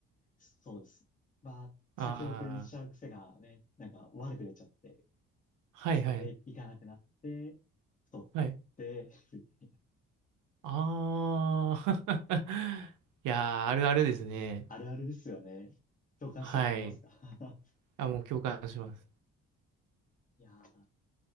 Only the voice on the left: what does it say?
そうです。まあ、先送りにしちゃう癖がね、
なんか悪く出ちゃって、
それで行かなくなって、
太って、
<laughs> みたいな。
あるあるですよね。共感してもらえますか
<laughs> いやー、